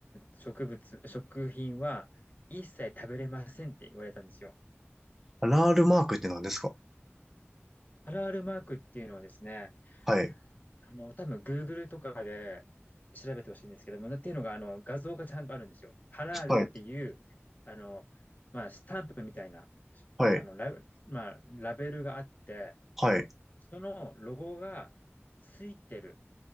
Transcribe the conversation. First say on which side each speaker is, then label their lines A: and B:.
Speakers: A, on the left; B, in the centre.
A: 植物、食品は一切食べれませんって言われたんですよ。
B: ハラールマークって何ですか
A: ハラールマークっていうのはですね、
B: はい、
A: あの、多分 Google とかで調べてほしいんですけども、っていうのが、あの、画像がちゃんとあるんですよ。ハラールっていう、
B: はい、
A: あの、まあ、スタンプみたいな、
B: はい、
A: あの、ラベ、まあ、ラベルがあって、
B: はい。
A: そのロゴがついてる